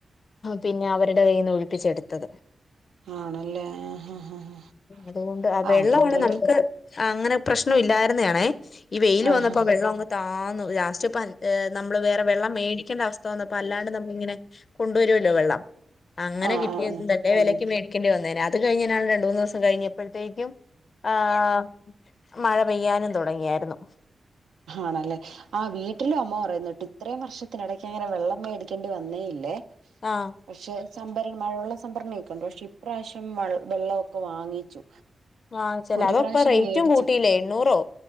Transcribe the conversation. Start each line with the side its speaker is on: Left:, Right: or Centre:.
Left: പിന്നെ അവരുടെ കയ്യിന്ന് ഒഴ- ഒപ്പിച്ചുച്ചെടുത്തത്
Right: ആണല്ലേ ആഹ് ആഹ് ആഹ്
Left: അതുകൊണ്ട് ആ
Right: ആഹ്
Left: വെള്ളമാണ്മാണ്
Right: അതെന്തായാലും
Left: നമുക്ക്- അങ്ങനെ പ്രശ്നം ഇല്ലായിരുന്നാണേ ഈ വെയിയില്
Right: ആഹ്
Left: വന്നപ്പോ വെള്ളം അങ്ങ് താന്നു ലാസ്റ്റ് ഇപ്പം - നമ്മള് വേറെ വെള്ളം മേടിക്കേണ്ട അവസ്ഥ വന്നപ്പോ അല്ലാണ്ട് നമ്മള് ഇങ്ങനെ കൊണ്ടുവരുമല്ലോ വെള്ളം അങ്ങനെ
Right: ആഹ്
Left: കിട്ടിയതുകൊണ്ടല്ലേ
Right: ആഹ് ആഹ് ആഹ് പഞ്ചായത്ത്
Left: വിലയ്ക്ക് മേടിക്കേണ്ടി വന്നേനെ അത് കഴിഞ്ഞ് രണ്ട് മൂന്ന് ദിവസം കഴിഞ്ഞപ്പോഴത്തേക്കും ആ- മഴ പെയ്യാനും തൊടങ്ങിയായിരുന്നു
Right: ആണല്ലേ ആ വീട്ടിലും അമ്മ പറയുന്ന കേട്ട് - ഇത്രയും വർഷത്തിനിടക്ക് അങ്ങനെ വെള്ളം മേടിക്കേണ്ടി വന്നേയില്ലേ
Left: ആഹ്
Right: പക്ഷെ- സംഭരണ മഴവെള്ള സംഭരണൊക്കെയുണ്ട് പക്ഷെ ഇപ്രാവശ്യം വ വെള്ളമൊക്കെ വാങ്ങിച്ചു
Left: വാങ്ങിച്ചല്ല
Right: ഒരു
Left: അതപ്പ
Right: പ്രാവശ്യം
Left: റേറ്റും
Right: മേടിച്ചും
Left: കൂട്ടിയില്ലേ എണ്ണൂറോ